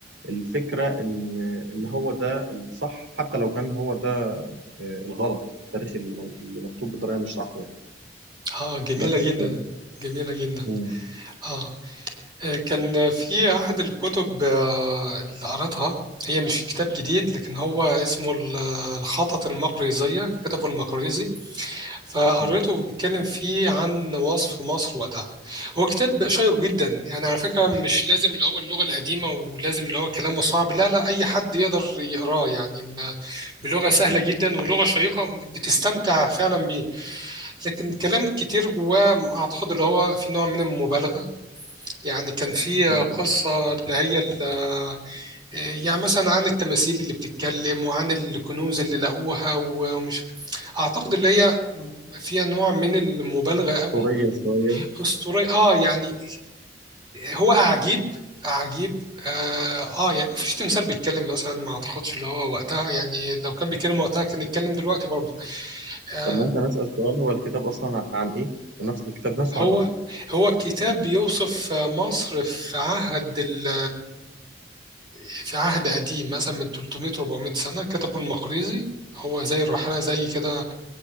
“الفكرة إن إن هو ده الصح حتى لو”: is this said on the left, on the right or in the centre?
Right